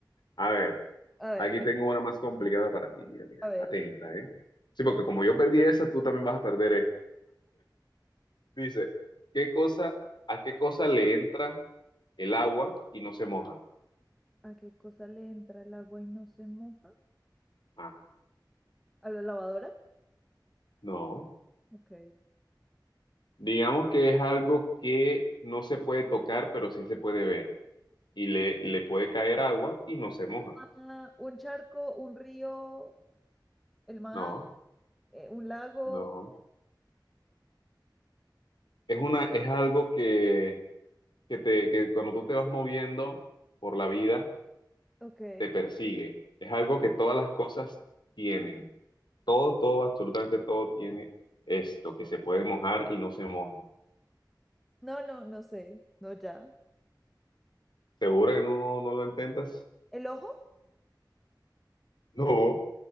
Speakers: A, on the left (about 70°); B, in the centre.
A: A ver,
B: A ver,
A: aquí tengo una más complicada para ti. Mira, mira,
B: a ver.
A: atenta, ¿eh? Sí, porque como yo perdí esa, tú también vas a perder esta. Dice, ¿qué cosa, a qué cosa le entra el agua y no se moja?
B: ¿A qué cosa le entra el agua y no se moja?
A: Ah,
B: ¿A la lavadora?
A: no.
B: Ok.
A: Digamos que es algo que no se puede tocar, pero sí se puede ver. Y le, le puede caer agua y no se moja.
B: Ah, un charco, un río, el mar,
A: No,
B: eh, un lago.
A: no. Es una, es algo que, que te, que cuando tú te vas moviendo por la vida,
B: Ok.
A: te persigue. Es algo que todas las cosas tienen. Todo, todo, absolutamente todo tiene esto, que se puede mojar y no se moja.
B: No, no, no sé. No, ya.
A: ¿Segura que no, no lo intentas? <laughs>
B: ¿El ojo?
A: No,